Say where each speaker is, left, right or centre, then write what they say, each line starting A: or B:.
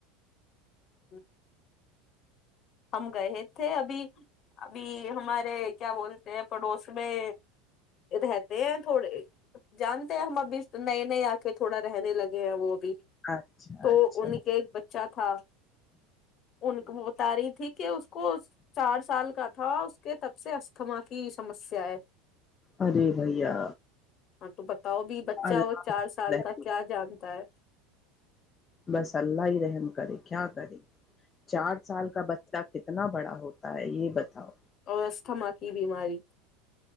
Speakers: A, on the left; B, on the left.
A: <unintelligible> ہم گئے تھے ابھی ابھی ہمارے کیا بول پڑوس میں رہتے ہیں تھوڑے جانتے ہیں ہم ابھی نئے نئے آکے تھوڑا رہنے لگے وہ بھی
B: اچھا
A: تو
B: اچھا
A: ان
B: ہوں
A: کے بچے ا تھا ان کو بتا رہی اس کو چار سال کا تھا اس کے تب سے استھما کی سمسیا ہے
B: ارے بھیا
A: ہاں تو بتاؤ بھی بچہ
B: اللہ
A: وہ چار سال
B: رحم
A: کا کیا جانتا ہے
B: بس اللہ ہی رحم کرے کیا کریں چار سال کا بچہ کتنا بڑا ہوتا ہے یہ بتاؤ
A: اور استھما کی بیماری